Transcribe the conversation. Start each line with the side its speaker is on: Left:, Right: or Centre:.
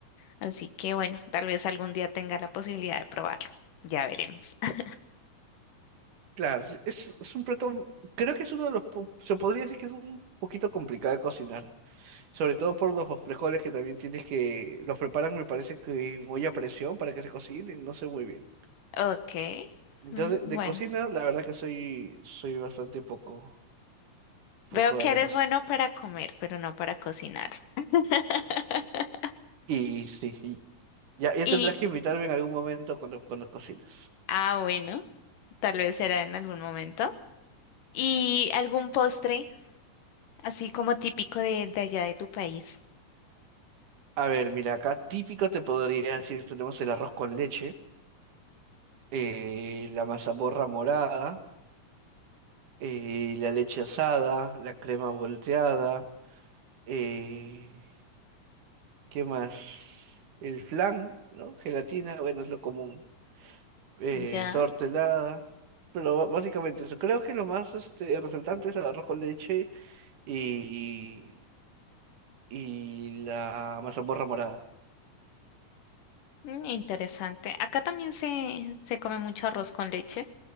Left: así que bueno, tal vez algún día tenga la posibilidad de probarlo. Ya veremos. <laughs>
Right: claro, sí, es, es un plato, creo que es uno de los, po- se podría decir que es un poquito complicado de cocinar, sobre todo por los frijoles que también tienes que, los preparan, me parece que en olla a presión para que se cocinen, no sé muy bien.
Left: Ok.
Right: Yo
Left: Mm,
Right: de, de
Left: bueno,
Right: cocina, la verdad que soy, soy bastante poco,
Left: veo
Right: poco
Left: que
Right: de la
Left: eres
Right: cocina.
Left: bueno para comer, pero no para cocinar. <laughs>
Right: Y sí, y ya, ya
Left: Y,
Right: tendrás que invitarme en algún momento cuando, cuando cocines.
Left: ah, bueno, tal vez será en algún momento. ¿Y algún postre, así como típico de, de allá de tu país?
Right: A ver, mira, acá típico te podría decir, tenemos el arroz con leche, eh, la mazamorra morada, eh, la leche asada, la crema volteada, eh, ¿qué más? El flan, ¿no? Gelatina, bueno, es lo común, eh,
Left: Ya,
Right: torta helada, pero ba- básicamente eso. Creo que lo más este, resaltante es el arroz con leche y, y la mazamorra morada.
Left: mm, interesante. Acá también se, se come mucho arroz con leche